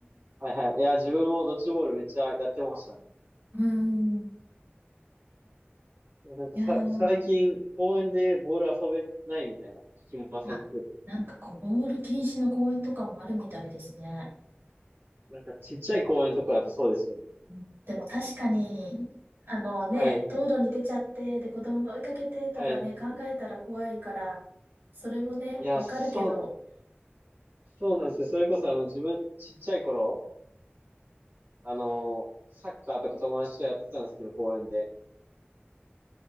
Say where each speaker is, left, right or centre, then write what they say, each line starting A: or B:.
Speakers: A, on the right (about 70°); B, on the right (about 90°).
A: はいはい。いや、自分もドッジボールめっちゃやってましたね。
B: うーん。
A: いやなんかさ、
B: いやー
A: 最近公園でボール遊べないみたいな聞きません、
B: あ、
A: よく。
B: なんかこう、ボール禁止の公園とかもあるみたいですね。
A: なんかちっちゃい公園とかだとそうですよね。
B: うんでも確かに、あのね、
A: はい。
B: 道路に出ちゃって、で、子供が追いかけてとかね、
A: はい。
B: 考えたら怖いから、それもね、
A: いや、
B: わかるけど、
A: そう、そうなんですよ。それこそあの自分ちっちゃい頃、あのサッカーとか友達とやってたんですけど、公園で。